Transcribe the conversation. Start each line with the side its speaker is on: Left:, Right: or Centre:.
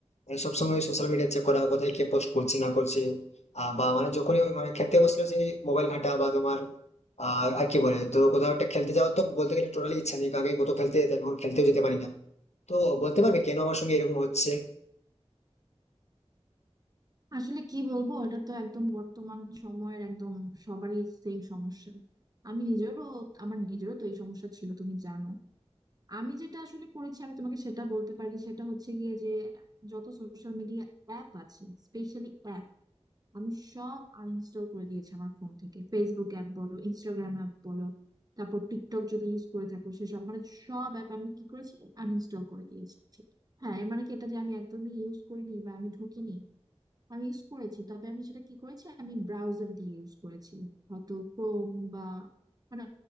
Left: মানে সবসময় ওই সোশ্যাল মিডিয়া চেক করা কোথায় কে পোস্ট করছে না করছে আহ, বা মানে যখনই ওই মানে খেতে বসলে সেই মোবাইল ঘাঁটা বা তোমার আহ আর কি বলে তো কোথাও একটা খেলতে যাওয়ার তো বলতে গেলে টোটালি ইচ্ছা নেই আগে কত খেলতে যেতাম এখন খেলতেও যেতে পারি না তো বলতে পারবে কেন আমার সঙ্গে এরকম হচ্ছে
Right: আসলে কি বলবো এটা তো একদম বর্তমান সময়ের একদম সবারই সেম সমস্যা আমি নিজেরও আমার নিজেরও তো এই সমস্যা ছিল তুমি জানো আমি যেটা আসলে করেছি আমি তোমাকে সেটা বলতে পারি সেটা হচ্ছে গিয়ে যে যত সোশ্যাল মিডিয়া অ্যাপ আছে স্পেশালি অ্যাপ আমি সব আনইনস্টল করে দিয়েছি আমার ফোন থেকে ফেসবুক অ্যাপ বলো ইনস্টাগ্রাম অ্যাপ বলো তারপর টিকটক যদি ইউজ করে থাকো সেসব মানে সব অ্যাপ আমি কি করেছি আনইনস্টল করে দিয়েছি হ্যাঁ এর মানে কি এটা যে আমি একদমই ইউজ করিনি বা আমি ঢুকিনি আমি ইউজ করেছি তবে আমি সেটা কি করেছি আমি ব্রাউজার দিয়ে ইউজ করেছি হয়তো ক্রোম বা মানে